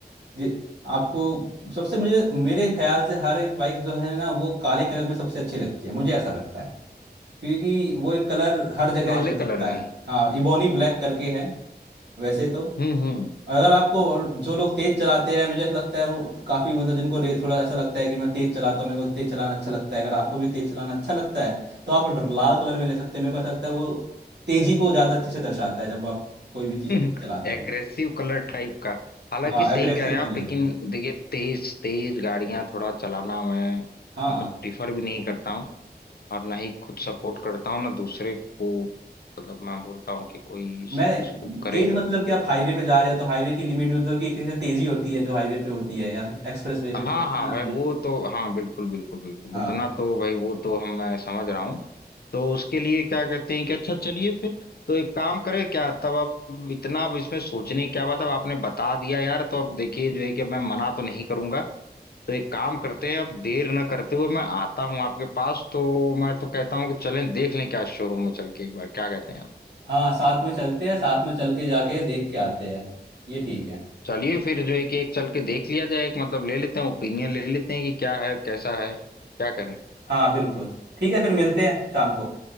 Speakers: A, on the right (about 75°); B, on the left (about 65°).
A: जे- आपको सबसे मुझे मेरे ख्याल से हर एक बाइक जो है ना वो काले कलर में सबसे अच्छी लगती है मुझे ऐसा लगता है क्योंकि वो एक कलर हर जगह
B: काले
A: चल सकता
B: कलर
A: है
B: में
A: हाँ इबोनी ब्लैक करके है वैसे तो
B: हम्म हम्म
A: और अगर आपको और जो लोग तेज चलाते हैं मुझे ऐसा लगता है वो काफ़ी मतलब जिनको रे थोड़ा ऐसा लगता है कि मैं तेज चलाता हूँ मेरे को तेज चलाना अच्छा लगता है अगर आपको भी तेज चलाना अच्छा लगता है तो आप लाल कलर में ले सकते हैं मेरे को ऐसा लगता है वो तेजी को ज़्यादा अच्छे से दर्शाता है जब आप कोई भी चीज़ तेज
B: <laughs>
A: चलाते
B: एग्रेसिव
A: हैं
B: कलर टाइप का हालांकि
A: हाँ
B: सही
A: एग्रेसिव
B: कह रहे हैं
A: कलर
B: आप लेकिन देखिए तेज तेज गाड़ियां थोड़ा चलाना मैं
A: हाँ
B: मतलब प्रीफर भी नहीं करता हूँ और ना ही खुद सपोर्ट करता हूँ ना दूसरे को मतलब मैं बोलता हूँ कि कोई इस
A: मैं
B: चीज को करे
A: तेज मतलब कि आप हाईवे पे जा रहे हो तो हाईवे की लिमिट मतलब कि एक तरह से तेजी होती है जो हाईवे पे होती है या एक्सप्रेस वे पे
B: हाँ
A: चला
B: हाँ
A: हाँ,
B: भाई वो तो हाँ बिल्कुल बिल्कुल बिल्कुल
A: हाँ
B: उतना तो भाई वो तो हम मैं समझ रहा हूँ तो उसके लिए क्या कहते हैं कि अच्छा चलिए फिर तो एक काम करें क्या तब अब इतना अब इसमें सोचने की क्या बात है, अब आपने बता दिया यार तो अब देखिए जो है कि अब मैं मना तो नहीं करूंगा तो एक काम करते हैं अब देर न करते हुए मैं आता हूँ आपके पास तो मैं तो कहता हूँ कि चलें देख लें क्या शोरूम में चल के एक बार क्या कहते हैं आप
A: हाँ साथ में चलते हैं साथ में चल के जाके देख के आते हैं ये ठीक है
B: चलिए फिर जो है कि एक चल के देख लिया जाए एक मतलब ले लेते हैं ओपिनियन ले लेते हैं कि क्या है कैसा है क्या करें
A: हाँ बिल्कुल ठीक है फिर मिलते हैं शाम को